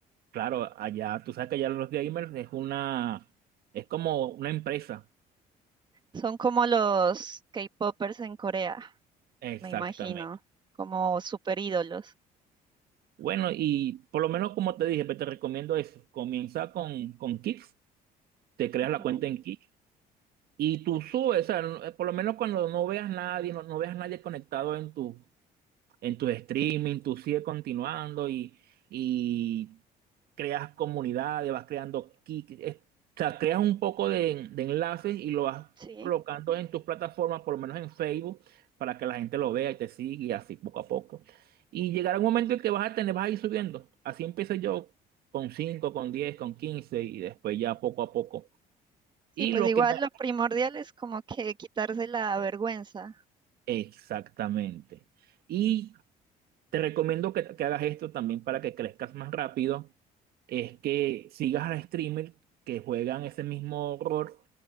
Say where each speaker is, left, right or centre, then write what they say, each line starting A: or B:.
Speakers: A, on the right; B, on the right.
A: Claro, allá, tú sabes que allá los gamers es una, es como una empresa.
B: Son como los K-popers en Corea,
A: Exactamente.
B: me imagino, como super ídolos.
A: Bueno, y por lo menos como te dije, pues, te recomiendo eso. Comienza con, con Kicks, te creas
B: Ujú,
A: la cuenta en Kicks y tú subes, o sea, no- por lo menos cuando no veas nadie, no, no veas nadie conectado en tu, en tu streaming, tú sigues continuando y, y creas comunidades, vas creando, kick- eh, o sea, creas un poco de, de enlaces y lo vas
B: Sí,
A: colocando en tus plataformas, por lo menos en Facebook, para que la gente lo vea y te siga y así poco a poco. Y llegará un momento en que vas a tener, vas a ir subiendo. Así empecé yo con cinco con diez con 15 y después ya poco a poco.
B: sí,
A: Y
B: pues
A: lo
B: igual
A: que me...
B: lo primordial es como que quitarse la vergüenza.
A: Exactamente. Y Te recomiendo que, que hagas esto también para que crezcas más rápido. Es que sigas a streamers que juegan ese mismo horror